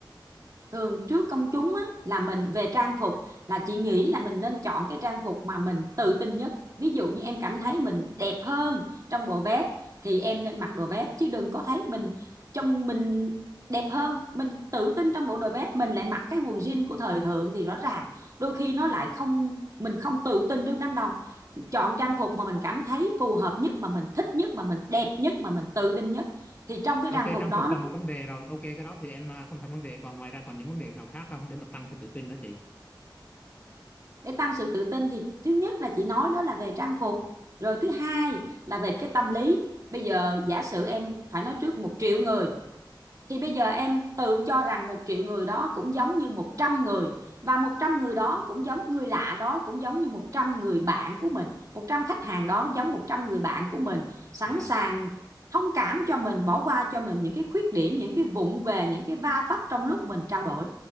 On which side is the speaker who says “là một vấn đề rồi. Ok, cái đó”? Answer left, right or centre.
Left